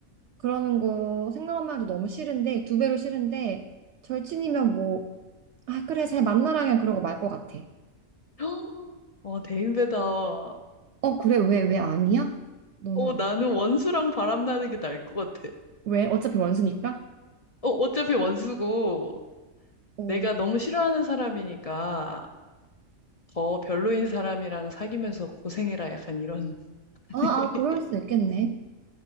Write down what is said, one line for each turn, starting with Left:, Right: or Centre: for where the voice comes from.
Right: 그러는 거 생각만 해도 너무 싫은데, 두 배로 싫은데, 절친이면 뭐, 아, 그래, 잘 만나라 그냥 그러고 말 것 같아.
Left: <gasps> 어, 대인배다. 어,
Right: 어, 그래, 왜, 왜 아니야? 너는 안-
Left: 나는 원수랑 바람나는 게 나을 것 같아.
Right: 왜? 어차피 원수니까?
Left: 어, 어차피 원수고
Right: 어.
Left: 내가 너무 싫어하는 사람이니까 더 별로인 사람이랑 사귀면서 고생해라 약간 이런. <laughs>
Right: 아, 아, 그럴 수 있겠네.